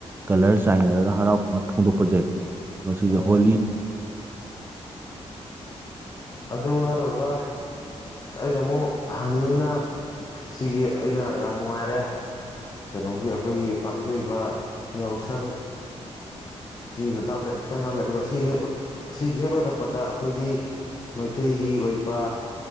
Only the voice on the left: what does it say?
ꯎꯝ
ꯑꯗꯨ ꯍꯥꯏꯔꯨꯔꯒ ꯑꯩꯅ ꯑꯃꯨꯛ ꯍꯪꯅꯤꯡꯉꯤꯅ ꯁꯤꯒꯤ ꯑꯩꯅ ꯌꯥꯝ ꯅꯨꯡꯉꯥꯏꯔꯦ ꯀꯩꯅꯣꯒꯤ ꯑꯩꯈꯣꯏꯒꯤ ꯄꯥꯡꯊꯣꯛꯏꯕ ꯌꯥꯎꯁꯪ ꯁꯤꯒꯤ ꯃꯇꯥꯡꯗ ꯈꯤꯇꯪ ꯍꯥꯡꯉꯦ ꯑꯗꯨꯒ ꯁꯤ ꯍ ꯁꯤ ꯍꯦꯛ ꯂꯣꯏꯔꯛꯄꯗ ꯑꯩꯈꯣꯏꯒꯤ ꯃꯩꯇꯩꯒꯤ ꯑꯣꯏꯕ